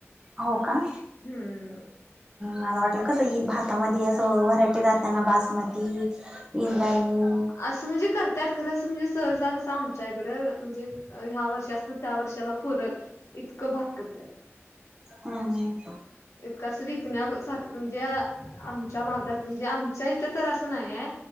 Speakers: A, on the right; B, on the left.
A: हो का.
B: हम्.
A: माझं हॉटेल कसं ह भातामध्ये असं व्हरायटी राहताना बासमती निंदय म
B: असं म्हणजे करतत खरं असं म्हणजे सहजग असं आमच्या इकडं म्हणजे ह्या वर्षी त्या वर्षाला पुर इतकं भात करत.
A: हम.
B: कस विकण्याार म्हणजे आमच्या भागात म्हणजे आमच्या इथं तर असं नाही आहे